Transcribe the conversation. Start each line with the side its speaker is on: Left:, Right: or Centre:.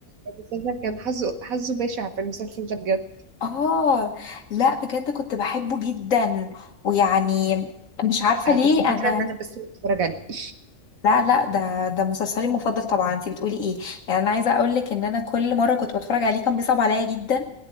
Right: المسلسل كان حظه حظه بشع في المسلسل ده بجد
Left: اه لا بجد كنت بحبه جدا ويعني مش عارفه
Right: انا
Left: ليه
Right: كنت فاكره
Left: انا
Right: ان انا بس اللي بتفرج عليه <laughs>
Left: لا لا ده ده مسلسلي المفضل طبعا انت بتقولي ايه يعني انا عايزه اقول لك ان انا كل مره كنت بتفرج عليه كان بيصعب عليا جدا